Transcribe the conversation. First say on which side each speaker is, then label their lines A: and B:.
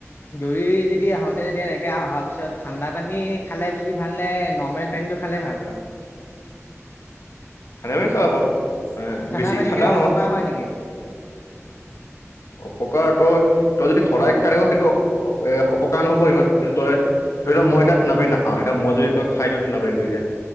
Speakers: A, on the left; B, on the left.
A: দৌৰি যদি আহোতে যেতিয়া এনেকে অহাৰ পিছত ঠাণ্ডা পানী খালে বেছি ভাল লাগে এ, নৰ্মেল পানীতটো খালে ভাল পাৱ।
B: <unintelligible> হ'ব, অ,
A: ঠাণ্ডা
B: বেছি
A: পানী
B: ঠাণ্ডাও
A: খালে অপকাৰ
B: নহয়।
A: হয় নেকি?
B: অপকাৰ তই তই যদি সদায় খায় থাক সেইটো এ অপকাৰ নহব ইমান, যদি তই ধৰি ল
A: উম,
B: মই ইতা ঠাণ্ডা পানী নাখাওঁ। ইতা মই যদি তোৰ খাই দিওঁ ঠাণ্ডা পানীটো এতিয়া।